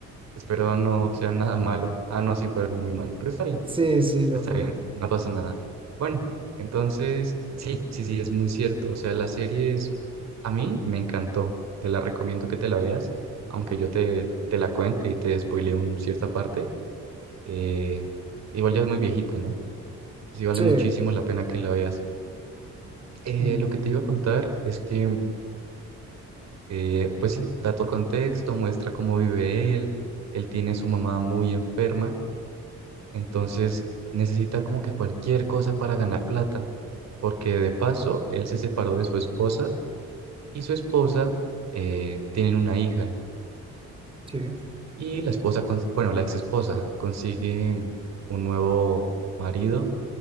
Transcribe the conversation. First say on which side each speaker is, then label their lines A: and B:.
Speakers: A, on the right; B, on the right.
A: Espero no sea nada malo. Ah, no, sí fue algo muy malo, pero está bien,
B: Sí, sí, lo
A: está
B: fue.
A: bien, no pasa nada. Bueno, entonces, sí, sí, sí, es muy cierto. O sea, la serie es... A mí me encantó, te la recomiendo que te la veas, aunque yo te, te la cuente y te spoile un cierta parte. Eh, igual ya es muy viejita, ¿no? Pues Sí vale
B: Sí,
A: muchísimo la pena que la veas. Eh,
B: mm,
A: lo que te iba a contar es que, eh, pues sí, da todo el contexto, muestra cómo vive él. Él tiene a su mamá muy enferma, entonces necesita como que cualquier cosa para ganar plata, porque de paso él se separó de su esposa y su esposa eh, tienen una hija
B: sí.
A: y la esposa, cons- bueno, la ex esposa consigue un nuevo marido